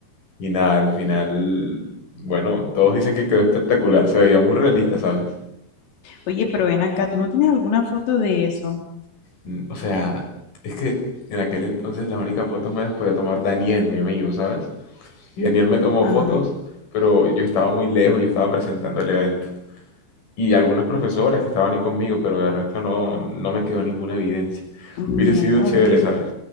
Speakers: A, on the left (about 50°); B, on the left (about 80°).
A: Y nada, al final, bueno, todos dicen que quedó espectacular, se veía muy realista, ¿sabes?
B: Oye, pero ven acá, ¿tú no tienes alguna foto de eso?
A: Mm, O sea, es que en aquel entonces las únicas fotos me las podía tomar Daniel, mi amigo, ¿sabes? Y Daniel me tomó
B: Ajá.
A: fotos, pero yo estaba muy lejos, yo estaba presentando el evento. Y algunas profesoras que estaban ahí conmigo, pero de resto no, no me quedó ninguna evidencia.
B: Ñe,
A: Hubiese sido chévere,
B: oye,
A: ¿sabes?